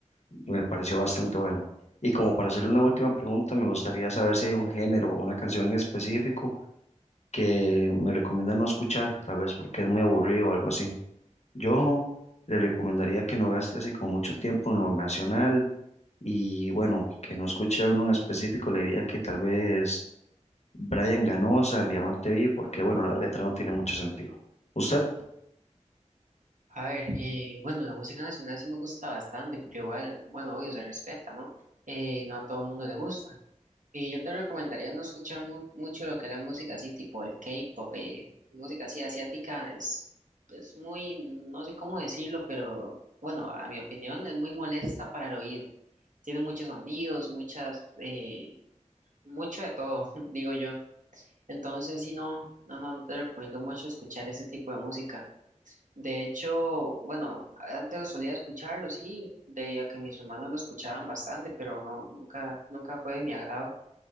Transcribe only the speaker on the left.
me pareció bastante bueno. Y como para hacerle una última pregunta, me gustaría saber si hay un género o una canción en específico que me recomienda no escuchar, tal vez porque es muy aburrido o algo así. Yo le recomendaría que no gaste así como mucho el tiempo en lo nacional y bueno, que no escuche uno en específico, le diría que tal vez Brian Ganosa, El Diamante Vi, porque bueno, la letra no tiene mucho sentido. Usted,